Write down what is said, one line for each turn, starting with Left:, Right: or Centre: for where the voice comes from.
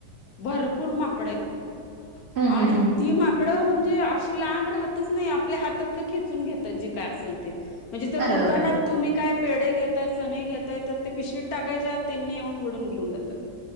Left: भरपूर माकडे आहेत.
Right: हम्म
Left: आणि
Right: हम्म हम्म
Left: ती माकडं म्हणजे अशी लांब राहतच नाही आपल्या हातात न खेचून घेत त जे काय असल ते म्हणजे जर
Right: अरे
Left: दुकानात
Right: बापरे
Left: तुम्ही काय पेढ घेताय चने घेताय तर ते पिशवीत टाकायच्यात त्यांनी येऊन वूडून घेऊन जात. त